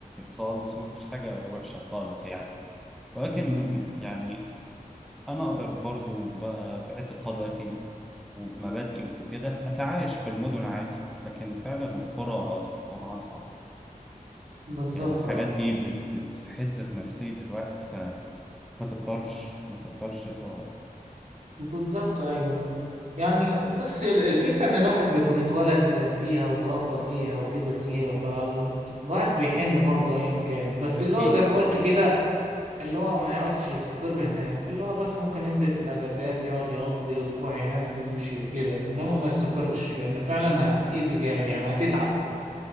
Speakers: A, in the centre; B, on the right.
A: خالص ومفيش حاجة وحشة خالص يعني ولكن
B: مم.
A: يعني أنا أقدر برضو ب- باعتقاداتي ومبادئي وكده أتعايش في المدن عادي لكن فعلا القرى وضعها صعب
B: بالظبط
A: يعني الحاجات
B: اه
A: دي بت- بتحز في نفسية الواحد فما تقدرش ما تقدرش تقعد
B: بالظبط ايوه يعني بس ال- الفكرة ان الواحد بيكون اتولد فيها وتربى فيها وكبر فيها فالواحد بيحن برضه ايا كان بس
A: أكيد
B: اللي هو زي ما قلت
A: أكيد
B: كده اللي هو ما يقعدش يستقر هناك اللي هو بس ممكن ينزل في الأجازات يقعد يقضي أسبوع هناك ويمشي كده إنما ما يستقرش لأن فعلا هتتأذي جامد يعني وهتتعب